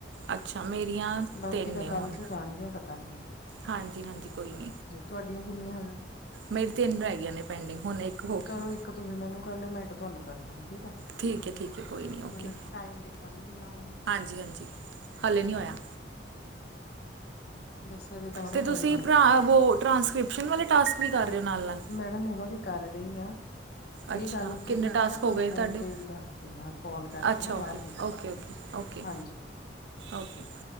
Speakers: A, on the right; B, on the left.
A: ਅੱਛਾ ਮੇਰੀਆਂ
B: ਬਾਕੀ
A: ਤਿੰਨ
B: ਤਾਂ
A: ਨੇ ਹੁਣ
B: ਕੱਲ ਚ ਜਾਣੀ ਹੈ ਪਤਾ ਨੀ ਐ
A: ਹਾਂਜੀ ਹਾਂਜੀ ਕੋਈ ਨਹੀ
B: ਤੁਹਾਡੀਆਂ ਕਿੰਨੀਆਂ ਹਜ
A: ਮੇਰੀ ਤਿੰਨ ਰਹਿ ਗਈ ਨੇ ਪੈਂਡਿੰਗ ਹੁਣ ਇੱਕ ਹੋ
B: ਚਲੋ
A: ਕੇ
B: ਇੱਕ ਤੁਸੀਂ ਮੈਨੂੰ ਕਰ ਲਿਓ ਮੈਂ ਇੱਕ ਤੁਹਾਨੂੰ ਕਰ ਲੂੰਗੀ ਠੀਕ ਏ
A: ਠੀਕ ਹੈ ਠੀਕ ਹੈ ਕੋਈ ਨਹੀਂ
B: ਇੱਕ
A: ਓਕੇ
B: ਮਿੰਟ ਟਾਈਮ ਦੇਖ ਲਾਂਦੇ ਕਿੰਨਾ ਹੋਇਆ
A: ਹਾਂਜੀ ਹਾਂਜੀ ਹਾਲੇ ਨਈ ਹੋਇਆ
B: ਬਸ ਉਹ ਤਾਂ ਮੈਡਮ
A: ਤੇ ਤੁਸੀਂ
B: ਹੋਣ ਵਾਲਾ
A: ਭਰਾ
B: ਈ ਐ <unintelligible>
A: ਵੋ ਟਰਾਂਸਕ੍ਰਿਪਸ਼ਨ ਵਾਲੇ ਟਾਸਕ ਵੀ ਕਰ ਰਹੇ ਹੋ ਨਾਲ ਨਾਲ
B: ਮੈਡਮ ਉਹਦਾ ਵੀ ਕਰ ਰਹੀ ਆਂ
A: ਅੱਛਾ
B: ਇਹ ਗੱਲ ਤੁਸੀਂ
A: ਕਿੰਨੇ
B: ਨਾ
A: ਟਾਸਕ
B: ਮੈਂ ਤੁਹਾਨੂੰ
A: ਹੋ ਗਏ
B: ਫੋਨ
A: ਤੁਹਾਡੇ
B: ਤੇ ਦੱਸਦੀ ਹਾਂ ਕੋਲ ਕਰਕੇ
A: ਅੱਛਾ
B: ਨਾ
A: ਓਕੇ
B: ਬਾਅਦ ਵਿੱਚ
A: ਓਕੇ ਓਕੇ ਓਕੇ
B: ਹਾਂਜੀ
A: ਓਕੇ